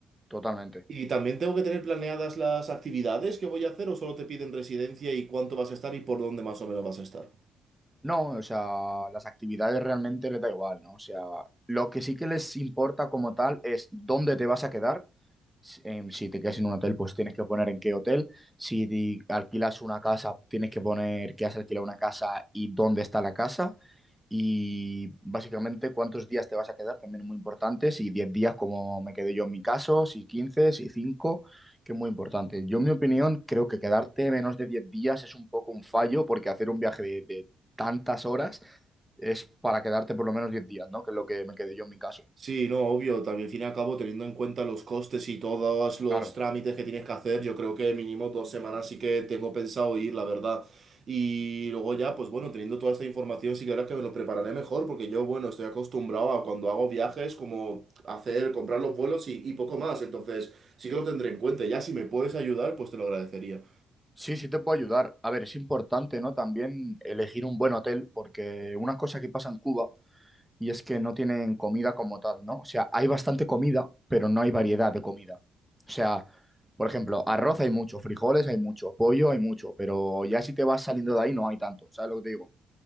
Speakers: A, in the centre; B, on the right (about 45°).
A: totalmente.
B: ¿Y también tengo que tener planeadas las actividades que voy a hacer o solo te piden residencia y cuánto vas a estar y por dónde más o menos vas a estar?
A: No, o sea, las actividades realmente les da igual, ¿no? O sea, lo que sí que les importa como tal es dónde te vas a quedar. Si em, si te quedas en un hotel, pues tienes que poner en qué hotel. Si di- alquilas una casa, tienes que poner que has alquilado una casa y dónde está la casa. Y básicamente cuántos días te vas a quedar, también es muy importante. Si 10 días, como me quedé yo en mi caso, si 15, si 5, que es muy importante. Yo, en mi opinión, creo que quedarte menos de 10 días es un poco un fallo, porque hacer un viaje de, tantas horas, es para quedarte por lo menos 10 días, ¿no? Que es lo que me quedé yo en mi caso.
B: Sí, no, obvio, también al fin y al cabo, teniendo en cuenta los costes y todos los
A: Claro.
B: trámites que tienes que hacer, yo creo que mínimo dos semanas sí que tengo pensado ir, la verdad. Y luego ya, pues bueno, teniendo toda esta información, sí que ahora que me lo prepararé mejor, porque yo, bueno, estoy acostumbrado a cuando hago viajes, como hacer, comprar los vuelos y, y poco más. Entonces, sí que lo tendré en cuenta. Ya si me puedes ayudar, pues te lo agradecería.
A: Sí, sí te puedo ayudar. A ver, es importante, ¿no? También elegir un buen hotel, porque una cosa que pasa en Cuba y es que no tienen comida como tal, ¿no? O sea, hay bastante comida, pero no hay variedad de comida. O sea, por ejemplo, arroz hay mucho, frijoles hay mucho, pollo hay mucho, pero ya si te vas saliendo de ahí no hay tanto, ¿sabes lo que te digo?